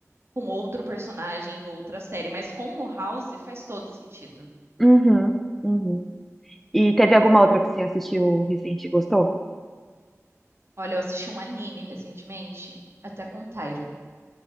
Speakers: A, on the right; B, in the centre.
A: com outro personagem em outra série, mas com o House faz todo sentido.
B: Uhum. Uhum. E teve alguma outra que você assistiu recente e gostou?
A: Olha, eu assisti um anime recentemente, até com Tyron.